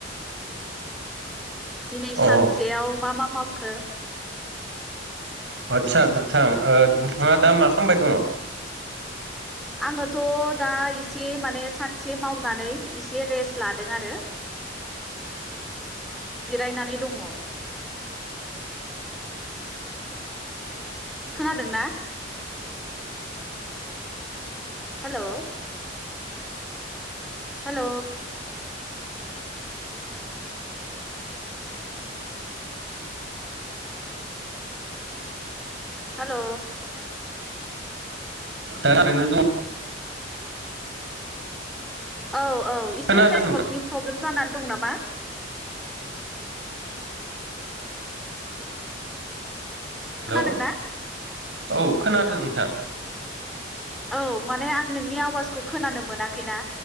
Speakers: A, in the centre; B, on the right.
A: दिनै सानसेयाव
B: अ
A: मा मा मावखो?
B: आतसा नोंथां नोंथाङा दा मा खालामबाय दङ?
A: आंङोथ दा एसे माने सानसे मावनानै एसे रेस लादों आरो जिरायनानै दङ। खोनादों ना? हेल' हेल' हेल'
B: दा ओरैनो दं।
A: औ औ एसे
B: खोनादों
A: नेटवर्कनि
B: नोंथां
A: प्रब्लेम जानानै दं नामा?
B: हेलौ
A: खोनादों ना?
B: औ खोनादों नोंथां।
A: औ माने आं नोंनि आवाजखौ खोनानो मोनाखै। ना